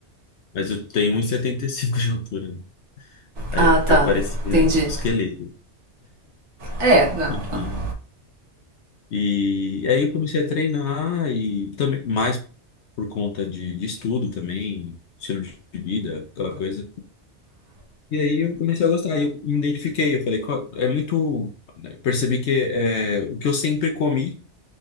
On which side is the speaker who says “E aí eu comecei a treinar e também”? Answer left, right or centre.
Left